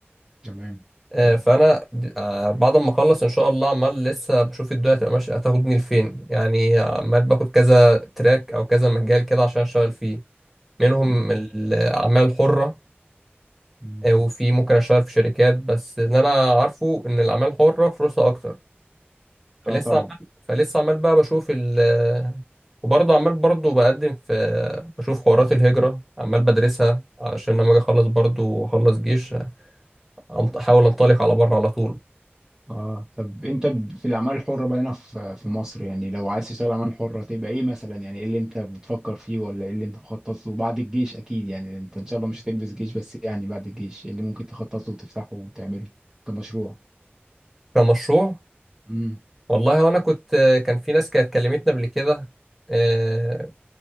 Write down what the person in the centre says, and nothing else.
آه،
فانا د- آه، بعد ما اخلص ان شاء الله عمال لسه بشوف الدنيا هتبقى ماشيه هتاخدني لفين يعني عمال باخد كذا تراك او كذا مجال كده عشان اشتغل فيه منهم
الاعمال الحره
آه، وفي ممكن اشتغل في شركات بس اللي انا عارفه ان الاعمال الحره فلوسها اكتر فلسه
عمال فلسه عمال بقى بشوف ال وبرضه عمال برضه بقدم في بشوف حوارات الهجرة عمال بدرسها علشان لما اجي اخلص برضه اخلص جيش أنط- احاول انطلق على بره على طول
كمشروع
والله وانا كنت كان في ناس كانت كلمتنا قبل كده آه،